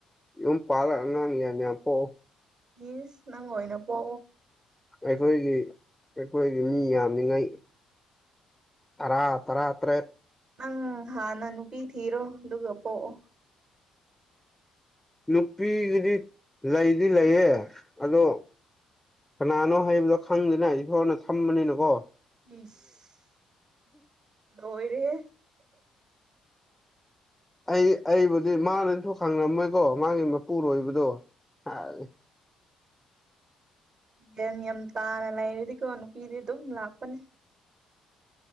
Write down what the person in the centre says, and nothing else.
ꯌꯨꯝ ꯄꯥꯜꯂ ꯑꯉꯥꯡ ꯌꯥꯝ ꯌꯥꯝ ꯄꯣꯛꯑꯣ
ꯑꯩꯈꯣꯏꯒꯤ ꯑꯩꯈꯣꯏꯒꯤ ꯃꯤ ꯌꯥꯝꯅꯤꯉꯥꯏ ꯇꯔꯥ ꯇꯔꯥꯠꯇ꯭ꯔꯦ
ꯅꯨꯄꯤꯒꯤꯗꯤ ꯂꯩꯗꯤ ꯂꯩꯌꯦ ꯑꯗꯣ ꯀꯅꯥꯅꯣ ꯍꯥꯏꯕꯗꯣ ꯈꯪꯗꯦꯅ ꯑꯩꯛ ꯐꯣꯔꯅ ꯊꯝꯕꯅꯤꯅꯀꯣ
ꯑꯩ ꯑꯩꯕꯨꯗꯤ ꯃꯥꯅꯗꯤꯁꯨ ꯈꯪꯉꯝꯃꯣꯏꯀꯣ ꯃꯥꯒꯤ ꯃꯄꯨꯔꯣꯏꯕꯗꯣ ꯍꯥꯎ